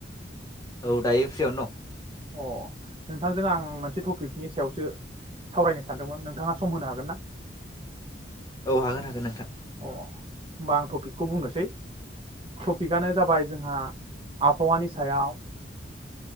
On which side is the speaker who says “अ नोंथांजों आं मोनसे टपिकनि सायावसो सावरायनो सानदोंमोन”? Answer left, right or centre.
Right